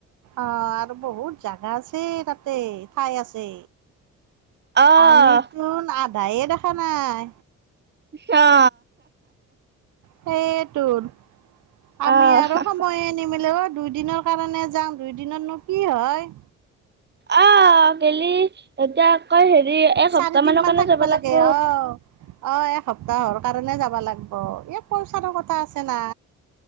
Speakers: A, on the right; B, on the right.
A: অ', আৰু বহুত জাগা আছে তাতে ঠাই আছে।
B: আহ
A: আমিতো আ দায়ে দেখা নাই।
B: হা
A: সেয়েটোন। আমি
B: আহ
A: আৰু সময়ে নিমিলেও দুইদিনৰ কাৰণে যাাম দুই দিনতনো কি হয়?
B: অহ কেলি এতিয়া আকৌ হেৰি এসপ্তাহ
A: চাৰিদিন
B: মানৰ
A: মান
B: কাৰণে
A: থাকিব
B: যাব
A: লাগে
B: লাগব
A: অ'। অ', এসপ্তাহৰ কাৰণে যাবা লাগিব ই পইচাৰো কথা আছে না